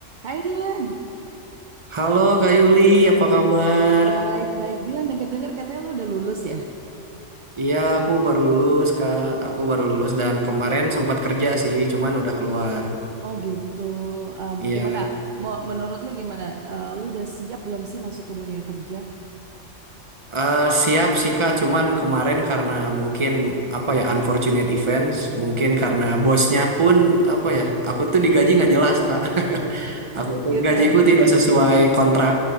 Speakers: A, on the right; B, on the right.
A: Hai Dilan,
B: Halo Kak Yuli, apa kabar?
A: baik-baik. Dilan denger-denger katanya lo udah lulus ya?
B: Iya, aku baru lulus, Kak. Aku baru lulus dan kemarin sempat kerja sih, cuman udah keluar.
A: Oh gitu. Em,
B: Iya,
A: gimana? Mo- menurut lo gimana? Eh, lo udah siap belum sih masuk ke dunia kerja?
B: eh, siap sih Kak, cuman kemarin karena mungkin apa ya unfortunate events, mungkin karena bosnya pun apa ya, aku tuh digaji nggak jelas Kak. <laughs> Aku
A: <laughs>
B: tuh
A: Gitu.
B: gajiku tidak sesuai kontrak.